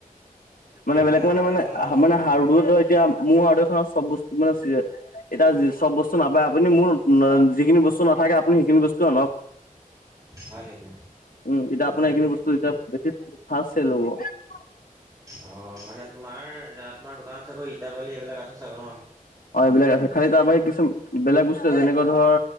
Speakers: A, on the right (about 25°); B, on the left (about 80°).
A: কি
B: মানে বেলেগ
A: হাৰ্ডৰ
B: মানে মানে
A: দোকানত আৰু কি
B: মানে
A: সোমাব
B: সাৰুো
A: পাৰিম
B: এতিয়া মোৰ সডু এত চব বস্তু মানে এতিয়া চব বস্তু নাপায় আপুনি মোৰ যিখিনি বস্তু নাথাকে আপুনি সেইখিনি বস্তু আনক
A: হয় নেকি
B: উম এতিয়া আপোনাৰ এইখিনি বস্তু এতিয়া বেছি ফা চেল হ'ব
A: অ মানে তোমাৰ তোমাৰ দোকানত চাগ ইতাবালি এইবিলাক আছে চাগ ন
B: অ এইবিলাক আছে খালি তাৰ বাহি কিছুমান বেলেগ বস্তু যেনেকুৱা ধৰ